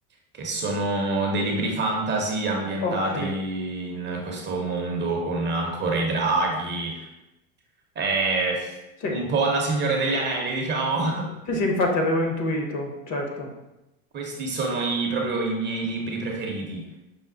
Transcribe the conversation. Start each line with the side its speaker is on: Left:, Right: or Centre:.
Right: che sono dei libri fantasy ambientati
Left: Ok,
Right: in questo mondo con ancora i draghi, eh,
Left: sì.
Right: un po' alla Signore degli Anelli, diciamo. <laughs>
Left: Sì, sì, infatti avevo intuito, certo.
Right: Questi sono i- proprio i miei libri preferiti.